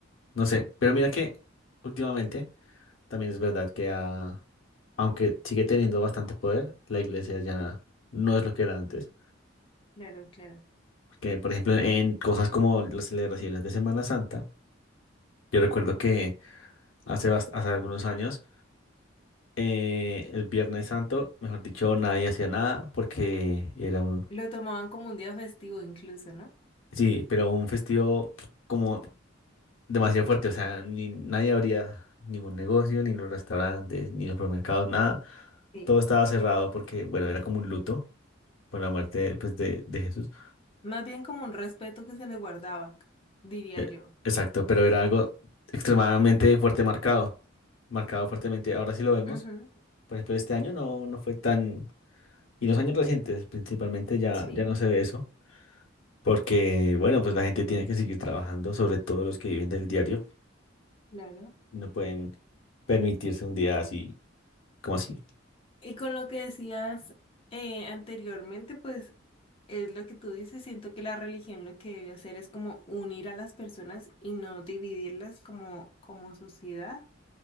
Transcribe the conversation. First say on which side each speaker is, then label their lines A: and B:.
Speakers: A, on the left; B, on the left.
A: no sé, pero mira que últimamente. También es verdad que ah, aunque sigue teniendo bastante poder, la iglesia ya no es lo que era antes.
B: claro, claro.
A: Porque, por ejemplo, en cosas como las celebraciones de Semana Santa, yo recuerdo que hace, bast- hace algunos años, eh, el Viernes Santo, mejor dicho, nadie hacía nada porque era un...
B: Lo tomaban como un día festivo incluso, ¿no?
A: Sí, pero un festivo como demasiado fuerte, o sea, ni nadie abría ningún negocio, ni los restaurantes, ni los supermercados, nada.
B: Sí,
A: Todo estaba cerrado porque, bueno, era como un luto. por la muerte pues, de, de Jesús.
B: Más bien como un respeto que se le guardaba, diría
A: Eh,
B: yo.
A: exacto, pero era algo extremadamente fuerte marcado, marcado fuertemente. Ahora sí lo vemos.
B: Ujú,
A: Por ejemplo, este año no, no fue tan... Y los años recientes principalmente ya,
B: sí,
A: ya no se ve eso, porque bueno, pues la gente tiene que seguir trabajando, sobre todo los que viven del diario,
B: claro.
A: y no pueden permitirse un día así como así.
B: Y con lo que decías eh, anteriormente, pues es lo que tú dices, siento que la religión lo que debe hacer es como unir a las personas y no dividirlas como, como sociedad.